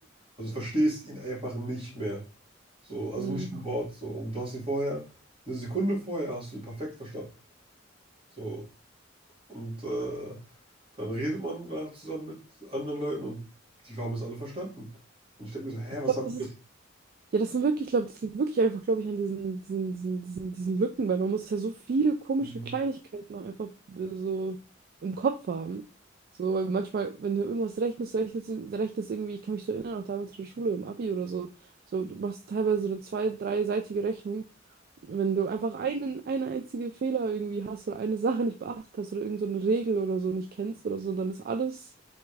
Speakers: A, on the right (about 30°); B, on the right (about 50°).
A: Also du verstehst ihn einfach nicht mehr. So, also
B: Mhm.
A: nicht ein Wort. So. Und du hast ihn vorher, eine Sekunde vorher hast du ihn perfekt verstanden. So. Und äh, dann redet man danach zusammen mit anderen Leuten und die haben es alle verstanden. Und ich denke mir so, hä,
B: Ich
A: was
B: glaube,
A: haben
B: das ist, ja, das sind wirklich, glaube ich, das liegt wirklich einfach, glaube ich, an diesen, diesen, diesen, diesen, diesen Lücken, weil man muss ja so viele komische
A: wir?
B: Kleinigkeiten auch einfach äh, so im Kopf haben. So, weil manchmal, wenn du irgendwas rechnest, rechnest, du- rechnest irgendwie, ich kann mich so erinnern, auch damals in der Schule, im Abi oder so, so, du machst teilweise so eine zwei-, dreiseitige Rechnung. Wenn du einfach einen, eine einzige Fehler irgendwie hast oder eine Sache nicht beachtet hast oder irgend so eine Regel oder so nicht kennst oder so, dann ist alles